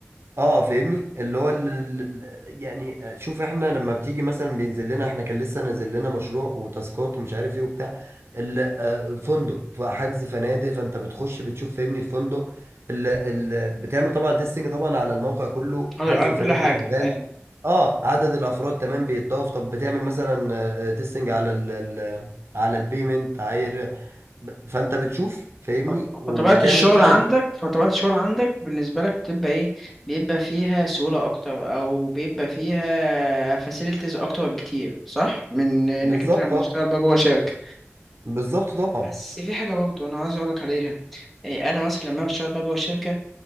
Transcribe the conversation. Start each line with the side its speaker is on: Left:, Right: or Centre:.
Right: اه فاهمني اللي هو ال... ال- يعني شوف احنا لما بتيجي مثلا بينزل لنا احنا كان لسه نازل لنا مشروع وتاسكات ومش عارف ايه وبتاع ال- آه، فندق فحجز فنادق فانت بتخش بتشوف فاهمني الفندق ال... ال... بتعمل طبعا تيستنج طبعا على الموقع كله
Centre: على
Right: حجز
Centre: على
Right: الفنادق
Centre: كل حاجة
Right: شغال
Centre: أيوة
Right: اه عدد الافراد تمام بيتضاف طب بتعمل مثلا تيستنج على ال... ال... على البيمنت عاير ب- فانت بتشوف فاهمني
Centre: ف-
Right: وبتعمل
Centre: فطبيعة الشغل
Right: اللي انت عايزه
Centre: عندك فطبيعة الشغل عندك بالنسبة لك بتبقى إيه بيبقى فيها سهولة أكتر أو بيبقى فيها فاسيلتيز أكتر بكتير صح من إنك
Right: بالظبط
Centre: أنت لما
Right: اه
Centre: تشتغل بقى جوه شركة
Right: بالظبط طبعا
Centre: بس في حاجة برضه أنا عايز أقولك عليها إيه، أنا مثلا لما بشتغل بقى جوه الشركة